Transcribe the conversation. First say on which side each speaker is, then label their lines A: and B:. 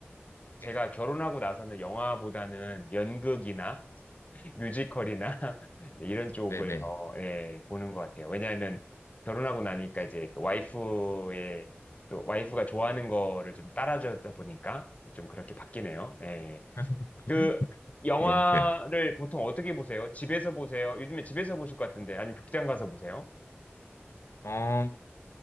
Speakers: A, on the left (about 35°); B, on the left (about 85°).
A: 제가
B: 네.
A: 결혼하고 나서는 영화보다는 연극이나 뮤지컬이나 <laughs> 네, 이런 쪽을
B: 네네.
A: 더 예, 보는 것 같아요. 왜냐하면 결혼하고 나니까
B: 네.
A: 이제 그 와이프의 또 와이프가 좋아하는 거를 좀 따라주다 보니까 좀 그렇게 바뀌네요. 예.
B: <laughs>
A: 그 영화를
B: 네, 네.
A: 보통 어떻게 보세요? 집에서 보세요? 요즘에 집에서 보실 것 같은데 아니면 극장 가서 보세요?
B: 어,